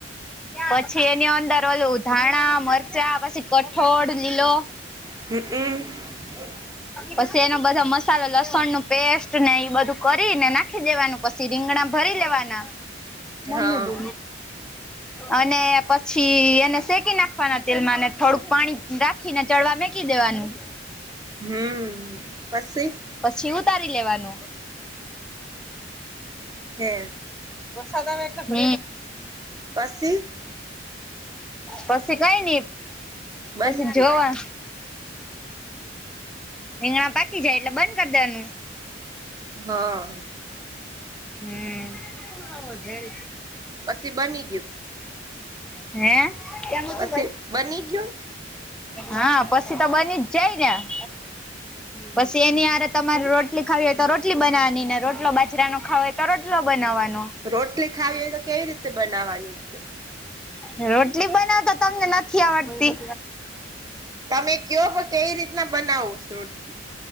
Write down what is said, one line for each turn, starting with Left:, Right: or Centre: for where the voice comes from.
Centre: પછી એની અંદર ઓલું ધાણા મરચાં પછી કઠોળ લીલો
Right: હમ્મ અમ્મ.
Centre: પછી એનો બધા મસાલો લસણ નું પેસ્ટ ને ઈ બધું કરી ને નાખી દેવાનું. પછી રીંગણા ભરી લેવાના.
Right: <inaudible>
Centre: મમ્મી બોલ
Right: <unintelligible>
Centre: અને પછી એને શેકી નાખવાના તેલમાં થોડુંક પાણી રાખ ખી ને ચડવા મેકી દેવાનું.
Right: હમ્મ, પસી?
Centre: પછી ઉતારી લેવાનું.
Right: કે.
Centre: વરસાદ આવે હું.
Right: પસી.
Centre: પછી કઈ નઈ
Right: બની
Centre: પછી
Right: ગયું
Centre: જોવા. રીંગણા પાકી જાય એટલે બંધ કરી દેવાનું.
Right: હા.
Centre: હમ મજ છે <inaudible>
Right: પછી બની ગયું
Centre: હે કેમ છો.
Right: પછી બની ગયું
Centre: હા પછી તો બની જ જાય ને. પછી એની આરે તમારે રોટલી ખાવી હોય તો રોટલી બનાવાની ને રોટલો બાજરાનો હવે તો રોટલો બનાવવાનો.
Right: રોટલી ખાવી હોય તો કેવી રીતે બનાવાની.
Centre: ત <inaudible> રોટલી બનાવતા તમને નથી આવડતી.
Right: તમે કયો પણ કેવી રીતના બનાવો છો રોટલી.